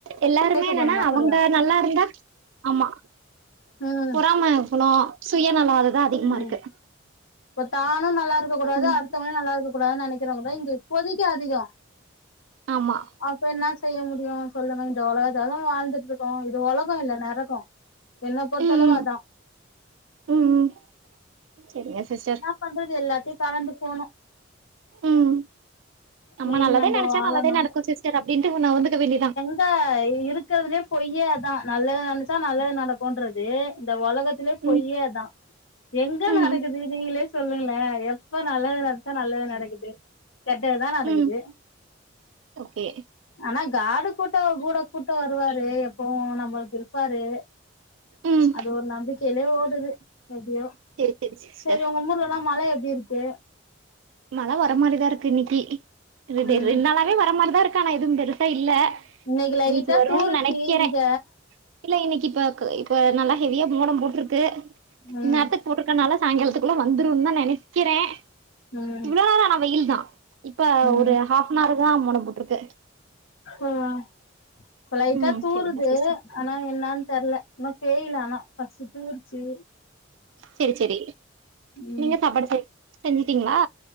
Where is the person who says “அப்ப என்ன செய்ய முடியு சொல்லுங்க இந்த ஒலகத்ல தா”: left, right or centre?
Left